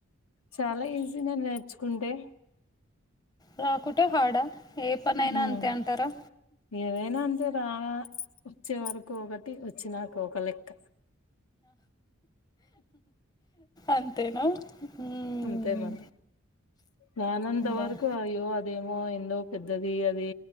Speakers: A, on the left; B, on the left.
A: చాలా ఈజీనే నేర్చుకుంటే
B: రాకుటే హాడా ఏ పనైనా
A: ఉమ్
B: అంతే అంటారా
A: ఏదైనా అంతే రా వొచ్చే వరకు ఒగటి వచ్చినాక ఒక లెక్క
B: అంతేనా మ్మ్
A: అంతే మళ్ళి రానంత
B: బా
A: వరుకు అయ్యో అదేమో ఎందో పెద్దదీ అది